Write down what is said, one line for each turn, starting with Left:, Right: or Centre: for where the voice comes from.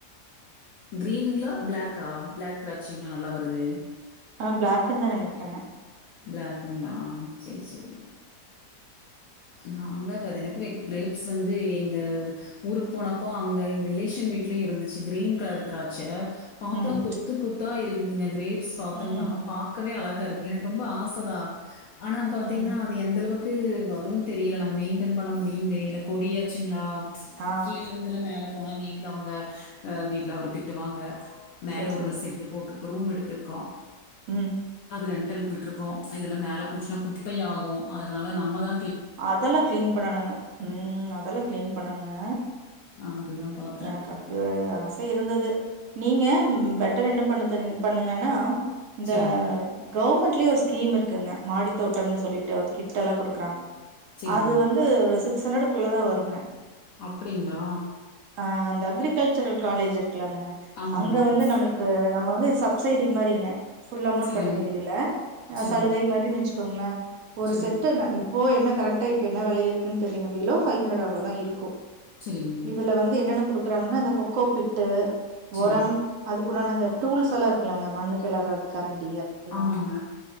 Left: கிரீனுங்களா ப்ளக்கா ப்ளாக் திராட்சிங்களா நல்லா வருது
Right: ஆ ப்ளாக்கீனனு நெனைக்கறேங்க
Left: ப்ளாக்குங்களா செரி செரி நாங்க எனக்கு க்ரேப்ஸ் வந்து எங்க ஊருக்கு போனப்போ அங்க எங்க ரிலேஷன் வீட்லயு இருந்துச்சு கிரீன் கலர் திராச்சை பாத்தோ
Right: ம்
Left: கொத்து கொத்தா இருக் இதுங்க க்ரேப் சாத்தோம்னா
Right: ம்
Left: பாக்கவே அழ தா இருக்கு எனக்கு ரொம்ப ஆசதா அனா பாத்தீங்கன்னா
Right: ம்
Left: அது எந்தளவுக் க்கு வ தெரியல நா மெயின்டன் பண்ண முடியும் தெரியல கொடியாச்சுங்களா
Right: ஆ
Left: கீல் இருந்துலா மேலே போனா வீட்ல அவுங்க அ வீட்ல அவரூ திட்டுவாங்க மேல
Right: சரி
Left: ஒரு
Right: சரி
Left: செட்டு போட் ரூம் எடுத்திருக்கோம்
Right: ம்
Left: ரெண்டல் விட்டுருக்கோம் இதுல மேல
Right: ம்
Left: போச்சுனா குப்பை ஆகும் அதனால நம்ம தா
Right: அதெல்லா கிளீன் பண்ணணுங்க ம் அதெல்லாம் கிளீன் பண்ணணுங்க
Left: அதுதான் பார்த்தேன்.
Right: எனக்கு அப்டி ஒரு ஆசை இருந்தது நீங்க பெட்டர் என்ன பண்ணு பண்ணுங்க னா இந்த
Left: சரிங்க,
Right: கவுர்மெண்ட் ஒரு ஸ்கீம் இருக்கு இருக்குங்க மாடி தோட்டம்னு சொல்லிட்டு ஒரு கிட் எல்லா குடுக்குறாங்க
Left: சரிங்க.
Right: அது வந்து ஒரு சிப் சனடுக்குள்ள தான் வருங்க
Left: அப்டிங்களா
Right: அ அந்த அக்ரிகல்ச்சர் காலேஜ் இருக் இருக்கு லாங்க
Left: ஆமா,
Right: அங்க
Left: ஆமாங்க.
Right: வந்து நமக்கு நம்ம வந்து சப்சிடி மாரிங்க ஃபுல் அமௌண்ட்
Left: சரிங்,
Right: கட்ட வேண்டியது இல்ல <unintelligible>
Left: சரிங்,
Right: குங்களா ஒரு
Left: சரிங்க,
Right: செட்டு ந இப்போ என்ன கரண்டா இப்ப என்ன வெலையில இருக்குன் தெரிலிங்க பிலோ ஃபைவ் ஹண்ரட் அவ்ளோதா இருக்கு
Left: சரிங்க,
Right: இதுல வந்து என்னன்ன குடு குறாங்கன்னா அந்த கொக்கோப்பிட்டு
Left: சரிங்.
Right: ஒரம் அது குனான் அந்த டூல்ஸ் எல்லா இருக்குலங்க மண்ணு கெளறது கரண்ட் தெரியாது இதுனல்லா
Left: ஆமாங்க.